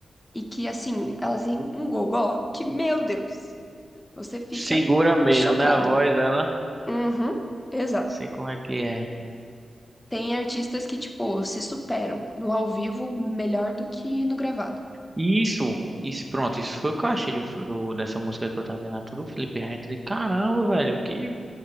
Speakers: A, on the left; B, on the right.
A: e que assim, elas têm um gogó que, meu Deus, você fica
B: Segura mesmo,
A: chocado.
B: né, a voz ela?
A: Uhum, exato.
B: Sei como é que é.
A: Tem artistas que tipo se superam no ao vivo melhor do que no gravado.
B: Isso, isso, pronto, isso foi o que eu achei do, do- dessa música que eu tava vendo, tudo Felipe Neto, de caramba, velho, que,